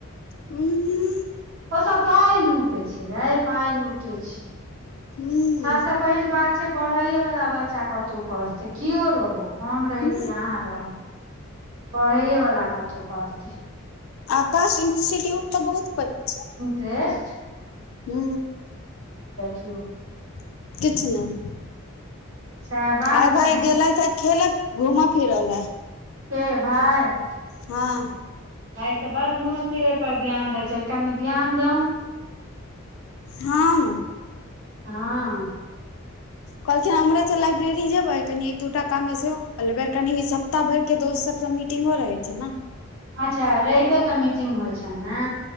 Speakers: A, on the left; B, on the right.
A: हूँ।
B: ओ सभ पाइ लूटे छै रे पाइ लूटे छै
A: हूँ
B: सरस पहिल बात छै पढ़ैए वाला बच्चा कतहु पढ़तै कओ रहो हम रही
A: हूँ
B: कि अहाँ रहब पढ़ैए वाला कतहु पढ़तै
A: आकाश इन्स्टिट्यूट त बहुत पड़ छै
B: टेस्ट।
A: हू
B: केओ
A: किछ नहि।
B: सएह बात
A: आरे भाय
B: छै
A: गेले त खेल घूमऽ फिरऽ ले
B: के भाय
A: हँ।
B: भाय के बड़ घूमे फिरे पर ध्यान दै छ कनि ध्यान दौ
A: हम
B: ह
A: कहलखिन हमरे तऽ लाइब्रेरी जेबै कनी एक दूटा काम मे सेहो कर लेबै कनि सप्ताह भर के दोस्त सभ सभ मीटिंगो रहै छै ने
B: अच्छा रइबे क मीटिंग होइ छै ने